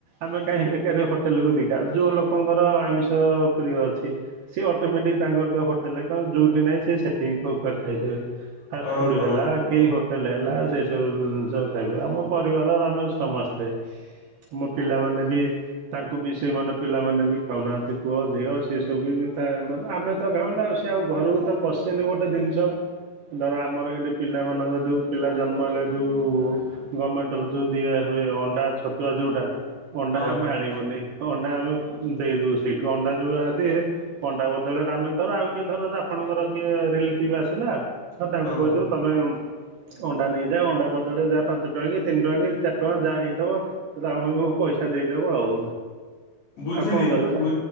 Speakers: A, on the right; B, on the left.
A: ଆମେ କାହିଁ ବେକାର ହୋଟେଲକୁୁ ଦେଖିବା ଯୋଉ ଲୋକଙ୍କର ଆମିଷ ପ୍ରିୟ ଅଛି ସିଏ ଅଟୋମେଟିକ ତାଙ୍କର ତ ହୋଟେଲ କଣ ଯୋଉ ଠି ନାଇ ସେ ସେଠିକି କ ପଠେଇ ଦେବେ ଫାଷ୍ଟ
B: ହଁ
A: ଫୁଡ
B: ହଁ
A: ହେଲା।
B: ହଁ।
A: କେହି ହୋଟେଲ ହେଲା ସେସବୁ ଜିନିଷ ଖାଇବେ ଆମ ପରିବାରର ଆମେ ସମସ୍ତେ ଆମ ପିଲାମାନେ ବି ତାଙ୍କୁ ବି ସେମାନେ ପିଲାମାନେ ବି ଖାଉନାହାନ୍ତି ପୁଅ ଝିଅ ସିଏ ସବୁ ବି ଥାଏ ମାନେ ଆମେ ତ ଖାଉନା। ଆଉ ଘରକୁ ତ ପଶିନି ଗୋଟେ ଜିନିଷ ଧର ଆମର ଏଟି ପିଲାମାନଙ୍କ ଯୋଉ ପିଲା ଜନ୍ମ ହେଲା ଯୋଉ ଗମେଣ୍ଟରୁ ଯୋଉ ଦିଆ ହୁଏ ଅଣ୍ଡା ଛତୁଆ ଯୋଉଟା ଅଣ୍ଡା
B: ହଁ
A: ଆମେ ଆଣିବୁନି। ଅଣ୍ଡା ଆମେ ଦେଇଦଉ ସେଇଠୁ ଅଣ୍ଡା ଯୋଉ ଆଦି ଅଣ୍ଡା ବଦଳରେ ଆମେ ଧର ଆଉ କିଏ ଧର ଆ ଆପଣଙ୍କର କିଏ ରିଲେଟିଭ ଆସିଲା ହଉ ତାଙ୍କୁ କହିଦବ
B: ହଁ
A: ତମେ ଅଣ୍ଡା ନେଇଯାଏ ଅଣ୍ଡା ବଦଳରେ ଯାହା ପାଞ୍ଚ ଟଙ୍କା କି ତିନି ଟଙ୍କା କି ଚାରି ଟଙ୍କା ଯାହା ହେଇଥିବ ତଙ୍କୁ ପଇସା ଦେଇଦବ ଆଉ।
B: ବୁଝିଲି
A: ଆଉ କଣ କରିବା?
B: ବୁ